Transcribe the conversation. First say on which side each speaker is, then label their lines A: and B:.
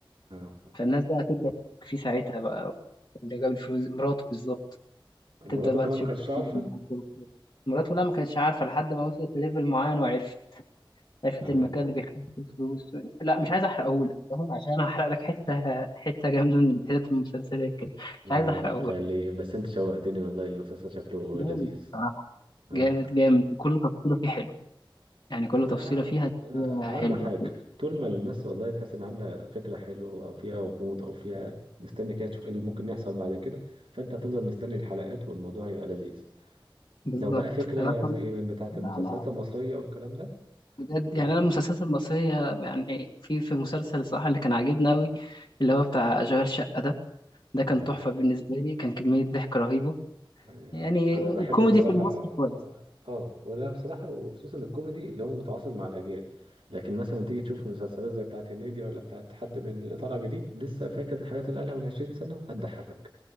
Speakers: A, on the right; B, on the left.
A: اه
B: فالناس بقى هتبدأ تشك فيه ساعتها بقى اللي جاب الفلوس مراته بالظبط
A: مراته
B: هتبدأ بقى
A: كمان
B: تشك
A: ما كانتش عارفة
B: فيه. <laughs> مراته لا ما كانتش عارفة لحد ما وصلت لليفل معين وعرفت عرفت
A: اه
B: المكان اللي بيخبي فيه الفلوس لا مش عايز احرقهولك فاهم عشان هحرق لك حتة حتة جامدة من حتت المسلسلات كده
A: لا
B: مش عايز احرقهولك
A: خلي بس انت شوقتني والله المسلسل شكله
B: جامد
A: لذيذ
B: بصراحة
A: اه
B: جامد جامد كل تفصيلة فيه حلو يعني كل
A: ما-
B: تفصيلة فيها حلوة
A: اهم حاجة طول ما الناس والله تحس ان عاملة فكرة حلوة او فيها غموض او فيها مستني كده تشوف ايه اللي ممكن يحصل بعد كده فانت هتفضل مستني الحلقات والموضوع هيبقى لذيذ
B: بالظبط
A: لو بقى فكرة
B: انا طب...
A: زي من بتاعة
B: لا
A: المسلسلات
B: لا
A: المصرية والكلام ده
B: بجد
A: بت-
B: يعني انا المسلسلات المصريه يعني في في مسلسل الصراحه اللي كان عاجبني قوي اللي هو بتاع اشغال شقه ده ده كان
A: اه
B: تحفه بالنسبه لي كان كميه ضحك رهيبه
A: ايوه
B: يعني
A: انا بحب
B: الكوميدي
A: بصراحه
B: في المصري كويس
A: اه ولا بصراحه وخصوصا الكوميدي اللي هو متعاصر مع الاجيال لكن مثلا تيجي تشوف مسلسلات زي بتاعت هنيدي ولا بتاعت حد من اللي طالع جديد لسه فاكر الحاجات اللي قالها من 20 سنه هتضحكك